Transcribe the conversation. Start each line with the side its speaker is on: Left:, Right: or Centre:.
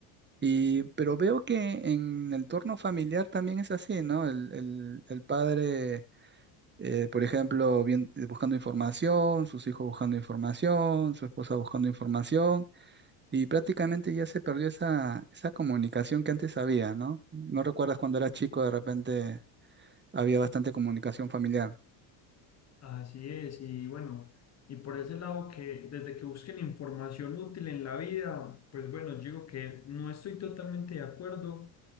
Right: Y, pero veo que en el entorno familiar también es así, ¿no? El, el- el padre, eh, por ejemplo, bien- eh, buscando información, sus hijos buscando información, su esposa buscando información, y prácticamente ya se perdió esa, esa comunicación que antes había, ¿no? ¿No recuerdas cuando era chico de repente había bastante comunicación familiar.
Left: Así es, y bueno, y por ese lado que desde que busquen información útil en la vida, pues bueno, yo digo que no estoy totalmente de acuerdo,